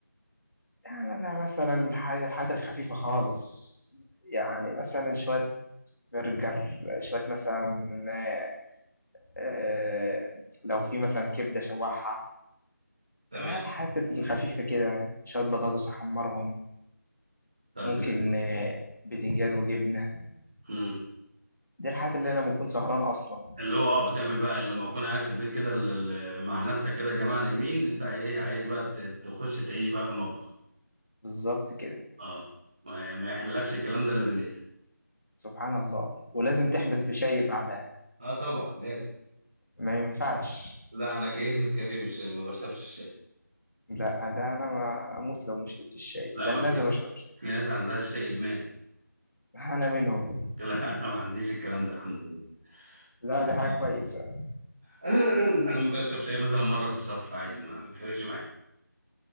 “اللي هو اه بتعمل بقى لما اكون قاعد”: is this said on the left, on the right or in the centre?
Right